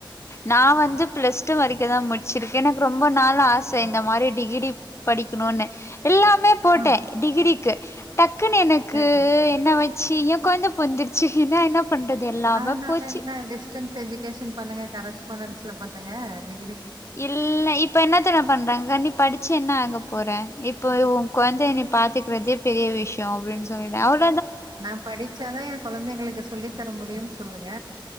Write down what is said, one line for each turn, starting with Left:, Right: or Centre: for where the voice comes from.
Left: நா வந்து பிளஸ் டூ வரைக்குதா முடிச் வச்சிருக்கே எனக்கு ரொம்ப நாள் ஆச
Right: ஓ
Left: இந்த மாரி டிகிரி படிக்கணுன்னு எல்லாமே போட்டே
Right: ம்
Left: டிகிரிக்கு டக்குன்னு எனக்கு
Right: சேரி
Left: என்ன வ ஆச்சி ஏ கொழந்த பொறந்துடுச்சி என்ன என்ன பண்றது எல்லாமே
Right: ஆனால நாங்க
Left: போச்சு
Right: என்ன டிஸ்டன்ஸ் எஜுகேஷன் பண்ணுங்க கரஸ்பாண்டன்ஸ்ல பண்ணுங்க டி
Left: இல்ல இப்ப என்னத் தெரிமா பண்றாங்கா நீ படிச்சி என்ன ஆக போற இப்போ உன் கொழந்தைய நீ பாத்துக்கிறதே பெரிய விஷயோ அப்டின்னு சொல்றே அவரு
Right: நா படிச்சாதா என் கொழந்தைங்களுக்கு சொல்லி தர முடியுன்னு சொல்லுங்க